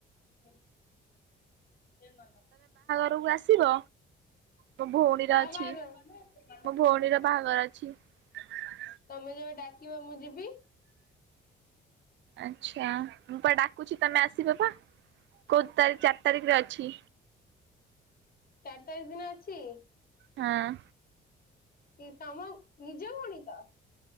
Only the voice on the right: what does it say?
କୁ ଆସିବ ମୋ ଭଉଣୀର
ଅଛି
ମୋ ଭଉଣୀର ବାହାଘର। <unintelligible>
ଆଚ୍ଛା ମୁଁ ପା ଡାକୁଛି ତମେ ଆସିବ ପା। କୋଉ ତାରିଖ ଚାରି ତାରିଖରେ ଅଛି।
ହଁ।